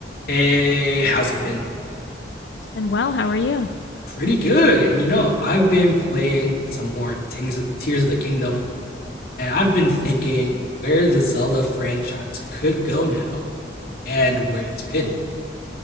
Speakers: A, on the left; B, on the left.
A: Hey, how's it been?
B: And well, how are you?
A: Pretty good. And you know, I've been playing some more things, Tears of the Kingdom, and I've been thinking where the Zelda franchise could go now and where it's been.